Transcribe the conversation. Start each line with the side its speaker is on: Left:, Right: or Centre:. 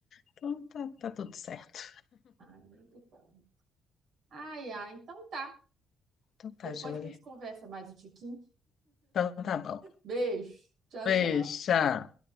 Left: Então tá, tá tudo certo.
Right: Ai, muito bom. Ai, ai. Então tá.
Left: Então tá,
Right: Depois
Left: joia.
Right: a gente conversa mais um tiquinho.
Left: Então tá bom.
Right: Beijo. Tchau,
Left: Beijo.
Right: tchau.
Left: tchau.